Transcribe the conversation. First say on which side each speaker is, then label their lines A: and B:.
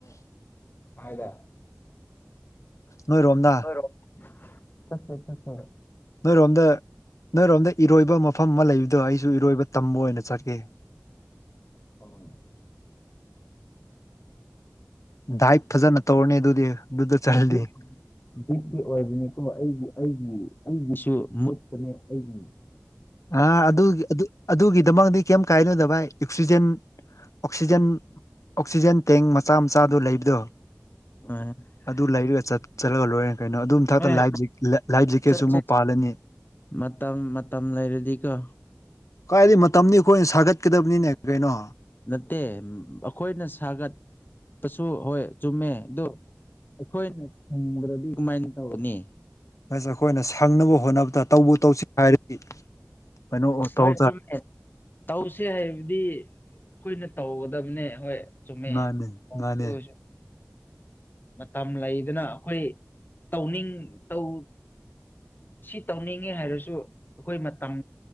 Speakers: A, on the left; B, on the left.
A: ꯀꯥꯏꯗ
B: ꯅꯣꯏꯔꯣꯝꯗ
A: ꯍꯔꯣ ꯆꯁꯦ ꯆꯁ
B: ꯅꯣꯏꯔꯣꯝꯗ ꯅꯣꯏꯔꯣꯝꯗ ꯏꯔꯣꯏꯕ ꯃꯐꯝ ꯑꯃ ꯂꯩꯕꯗꯣ ꯑꯩꯁꯨ ꯏꯔꯣꯏꯕ ꯇꯝꯕ ꯑꯣꯏꯅ ꯆꯠꯀꯦ
A: <unintelligible>
B: ꯗꯥꯏꯠ ꯐꯖꯅ ꯇꯧꯔꯅꯤ ꯑꯗꯨꯗꯤ ꯑꯗꯨꯗ ꯆꯠꯂꯗꯤ
A: <unintelligible> ꯠꯀꯤ ꯑꯣꯏꯕꯅꯤꯀꯣ ꯑꯩꯒꯤ ꯑꯩꯒꯤ ꯑꯩꯒꯤꯁꯨ ꯃꯨꯄꯅꯦ ꯑꯩꯒꯤ
B: ꯑ ꯑꯗꯨꯒꯤ ꯑꯗꯨꯒꯤꯗꯃꯗꯤ ꯀꯩꯝ ꯀꯥꯏꯅꯣꯗꯚꯥꯏ ꯑꯣꯛꯁꯤꯖꯦꯟ ꯑꯣꯛꯁꯤꯖꯦꯟ ꯑꯣꯛꯁꯤꯖꯦꯟ ꯇꯦꯡ ꯃꯆꯥ ꯃꯆꯥꯗꯨ ꯂꯩꯕꯗꯣ
A: <unintelligible>
B: ꯑꯗꯨ ꯂꯩꯔꯒ ꯆꯠꯂꯒ ꯂꯣꯏꯔꯦ ꯀꯩꯅꯣ ꯑꯗꯨ ꯃꯊꯛꯇ
A: ꯑꯦ
B: ꯂꯥꯏ ꯂꯥꯏꯐ ꯖꯦꯛꯀꯦꯠꯁꯨ
A: ꯆꯠꯁꯦ
B: ꯑꯃ ꯄꯥꯜꯂꯅꯤ
A: ꯃꯇꯝ ꯃꯇꯝ ꯂꯩꯔꯗꯤꯀꯣ
B: ꯀꯥꯏꯗ ꯃꯇꯝ ꯑꯩꯈꯣꯏꯅ ꯁꯥꯒꯠꯀꯗꯕꯅꯤꯅꯦ ꯀꯩꯅꯣ
A: ꯅꯠꯇꯦ ꯑꯩꯈꯣꯏꯅ ꯁꯥꯒꯠ ꯁꯨ ꯍꯣꯏ ꯆꯨꯝꯃꯦ ꯑꯗꯨꯣ ꯑꯩꯈꯣꯏꯅ ꯁꯪꯕ꯭ꯔꯗꯤ ꯀꯃꯥꯏꯅ ꯇꯧꯅꯤ
B: ꯁ ꯑꯩꯈꯣꯏꯅ ꯁꯪꯅꯕ ꯍꯣꯠꯅꯕꯗ ꯇꯧꯕ ꯇꯧꯁꯤ ꯍꯥꯏꯔꯗꯤ ꯀꯩꯅꯣ ꯇꯧ
A: ꯍꯣꯏ ꯆꯨꯝꯃꯦ ꯇꯧꯁꯦ ꯍꯥꯏꯕꯗꯤ ꯑꯩꯈꯣꯏꯅ ꯇꯧꯒꯗꯕꯅꯦ ꯍꯣꯏ ꯆꯨꯝꯃꯦ
B: ꯃꯥꯅꯦ ꯃꯥꯅꯦ
A: ꯑꯗꯨ ꯑꯣꯏꯔꯁꯨ ꯃꯇꯝ ꯂꯩꯗꯅ ꯑꯩꯈꯣꯏ ꯇꯧꯅꯤꯡ ꯇꯧ ꯁꯤ ꯇꯧꯅꯤꯡꯉꯦ ꯍꯥꯏꯔꯁꯨ ꯑꯩꯈꯣꯏ ꯃꯇꯝ